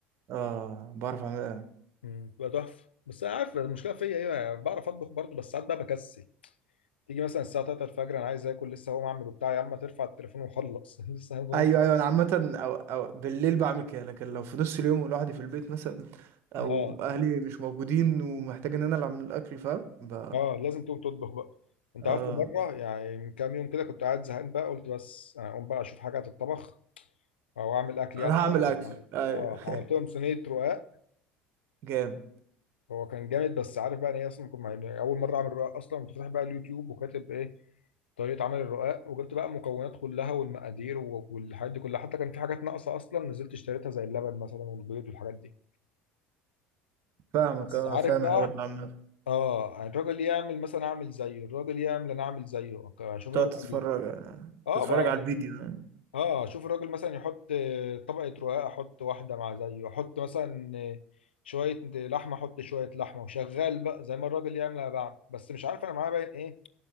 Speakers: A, on the right (about 50°); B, on the left (about 80°).
A: اه بعرف اعملها
B: امم بتبقى تحفه بس انا عارف المشكله فيا ايه يعني بعرف اطبخ برضه بس ساعات بقى بكسل تيجي مثلا الساعه 3 الفجر انا عايز اكل لسه هقوم اعمل وبتاع يا عم ترفع التليفون وخلص <laughs> لسه هفضل-
A: ايوه ايوه انا عامه أو أو بالليل بعمل كده لكن لو في نص اليوم لوحدي في البيت مثلا او
B: اه
A: اهلي مش موجودين ومحتاج ان انا اللي اعمل الاكل فاهم ب...
B: اه لازم تقوم تطبخ بقى انت
A: اه
B: عارف مره يعني من كام يوم كده كنت قاعد زهقان بقى قلت بس انا اقوم بقى اشوف حاجه تتطبخ او اعمل اكل
A: انا
B: يعني او
A: هعمل
B: أي
A: اكل
B: حاجه تتعمل
A: ايوه
B: اه عملت لهم
A: <laughs>
B: صينيه رقاق
A: جامد
B: هو كان جامد بس عارف بقى ان هي اصلا كنت يعني اول مره اعمل رقاق اصلا كنت فاتح بقى اليوتيوب وكاتب ايه طريقه عمل الرقاق وجبت بقى المكونات كلها والمقادير و- والحاجات دي كلها حتى كان في حاجات ناقصه اصلا نزلت اشتريتها زي اللبن مثلا والبيض والحاجات دي
A: فاهمك
B: بس
A: اه
B: عارف
A: فاهم
B: بقى
A: الحوار ده عامه
B: اه يعني الراجل يعمل مثلا اعمل زيه الراجل يعمل انا اعمل زيه اشوف
A: تقعد
B: الراجل
A: تتفرج
B: بي-
A: آه،
B: اه
A: تتفرج
B: بقى
A: على الفيديو آه.
B: اه اشوف الراجل مثلا يحط آه، طبقه رقاق احط واحده مع زيه احط مثلا آه، شويه لحمه احط شويه لحمه وشغال بقى زي ما الراجل يعمل انا بعمل بس مش عارف انا معايا باين ايه